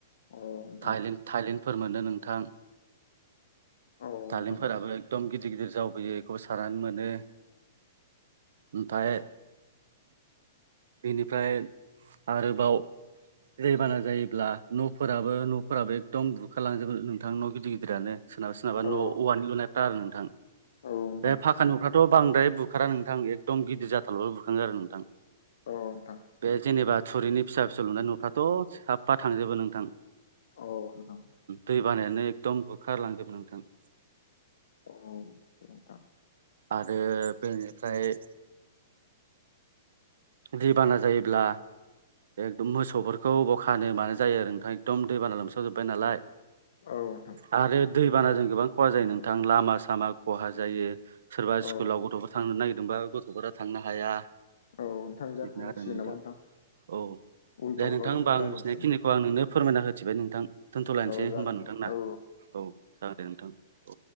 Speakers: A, on the left; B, on the right.
A: अ नोंथां
B: थाइलेण्ड थाइलेण्डफोर मोनो नोंथां
A: औ
B: दालेमफोराबो
A: नोंथां
B: एकदम गिदिर गिदिर जावबोयो बेखौबो सारनानै मोनो। ओमफ्राय बिनिफ्राय आरोबाव दै बाना जायोब्ला न'फोराबो न'फोराबो एकदम बुखारलांजोबो नोंथां न' गि गिदिर गिदिरानो सोरनाबा सोरनाबा
A: औ
B: न' औवानि लुनायफ्रा आरो नोंथां
A: औ नोंथां औ नोंथां
B: बे फाखा न'फ्रा थ' बांद्राय बुखारा नोंथां एकदम गिदिर जाथारबा बुंखाङो आरो नोंथां
A: औ नोंथां
B: बे जेनेबा थुरिनि फिसा फिसौ लुनाय न'फ्राथ' साफा थांजोबो नोंथां
A: औ नोंथां
B: दै बानायानो एकदम बुखारलांजोबो नोंथां।
A: औ नोंथां
B: आरो बेनिफ्राय दैबाना जायोब्ला एकदम मोसौफोरखौ अबाव खानो मानो जायो आरो नोंथां एकदम दै बाना लोमस्रावजोब्बाय नालाय
A: औ नोंथां
B: आरो दै बानाजों गोबां ख'हा जायो नोंथां लामा सामा ख'हा जायो सोरबा स्कुलाव
A: औ
B: गथ'फोर थांनो नागिरदोंबा गथ'फोरा थांनो हाया
A: औ नोंथां जाथ'सिगोन
B: बिदिनो आरो नोंथां
A: नामा
B: औ
A: उनफ्राव
B: दे नोंथां
A: रायलाय
B: होमबा आं
A: रायलायनोसै
B: मिथिनायखिनिखौ आं नोंनो फोरमायना होथिबाय नोंथां दोनथ'लायनोसै
A: औ जागोन
B: होमबा नोंथां
A: दे
B: ना
A: औ
B: औ जागोन दे नोंथां। औ